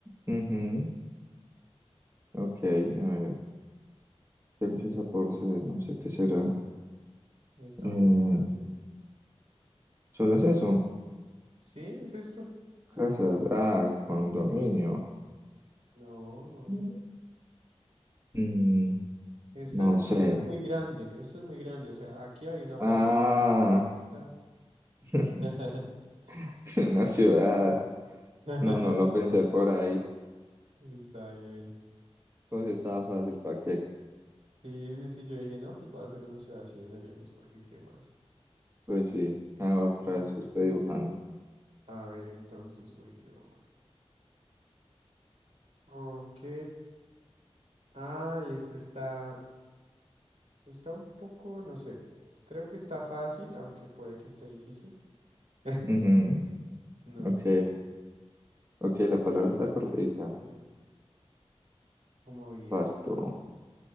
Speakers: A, on the right (about 25°); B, on the right (about 90°).
A: ujú, Ok, a ver. ¿Qué empieza por C? No sé qué será.
B: Está
A: Eh,
B: muy fácil.
A: ¿solo es eso?
B: Sí, es esto.
A: Casas. Ah, condominio.
B: No, no.
A: <laughs> Mm,
B: Esto
A: no
B: es,
A: sé.
B: esto es muy grande, esto es muy grande. O sea, aquí hay una persona
A: Ah,
B: pequeñita.
A: <laughs>
B: <laughs>
A: es una ciudad.
B: <laughs>
A: No, no lo pensé por ahí.
B: Está bien.
A: Pues estaba fácil, ¿para qué?
B: Sí, sí, sí, yo dije, no, pues va a ser una ciudad así desde lejos, porque qué más.
A: Pues sí. Ah, otra vez usted dibujando.
B: A ver, entonces voy yo. Ok. Ah, y este está, está un poco, no sé. Creo que está fácil, aunque puede que esté difícil. <laughs>
A: Ujú,
B: No
A: ok.
B: sé, no sé.
A: Ok, la
B: Voy a
A: palabra
B: intentar
A: está cortica.
B: que esté como bien.
A: Pasto,